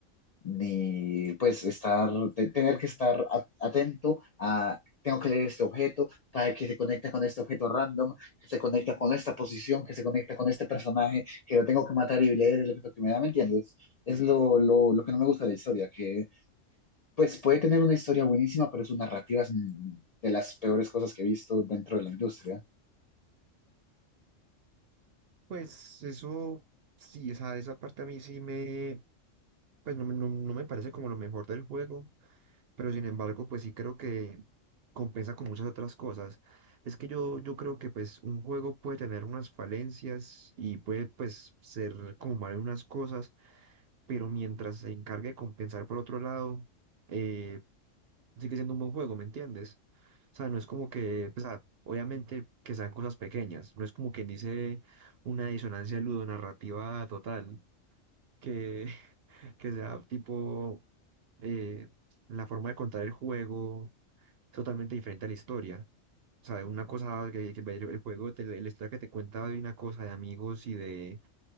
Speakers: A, on the left; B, on the right.
A: ni pues estar, te- tener que estar a- atento a, tengo que leer este objeto para que se conecta con este objeto random, que se conecta con esta posición, que se conecta con este personaje, que lo tengo que matar y leer el objeto que me da, ¿me entiendes? Es lo, lo, lo que no me gusta de la historia, que pues puede tener una historia buenísima, pero su narrativa es mm, de las peores cosas que he visto dentro de la industria.
B: Pues eso, sí, esa, esa parte a mí sí me, pues no, me no- no me parece como lo mejor del juego, pero sin embargo, pues sí creo que compensa con muchas otras cosas. Es que yo, yo creo que pues un juego puede tener unas falencias y puede pues ser como mal en unas cosas, pero mientras se encargue de compensar por otro lado, eh, sigue siendo un buen juego, ¿me entiendes? O sea, no es como que, pues, ah, obviamente que sean cosas pequeñas, no es como quien dice una disonancia ludonarrativa total. que que sea tipo eh, la forma de contar el juego es totalmente diferente a la historia. O sea, una cosa que, que el, el juego, te- la historia que te cuenta de una cosa de amigos y de,